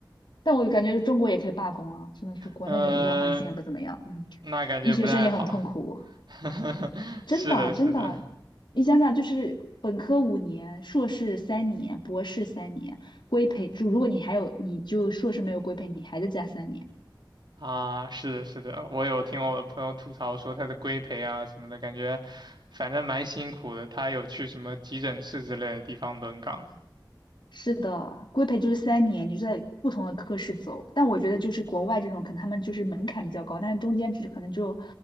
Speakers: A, on the left; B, on the right.
A: 但我感觉中国也可以罢工啊，真的是国内的医疗环境也不怎么样，
B: 嗯，
A: <laughs> 嗯，
B: 那感觉不太好。
A: 医学生也很痛苦，
B: <laughs>
A: 真的真的，
B: 是的，是的，
A: 你想想就是本科五年，硕士三年，博士三年，规培就如果你还有你就硕士没有规培，你还得加三年。
B: 啊，是的，是的，我有听我的朋友吐槽说他的规培啊什么的，感觉反正蛮辛苦的。他有去什么急诊室之类的地方轮岗
A: 是的，规培就是三年，你就在不同的科室走。但我觉得就是国外这种，可能他们就是门槛比较高，但是中间只可能就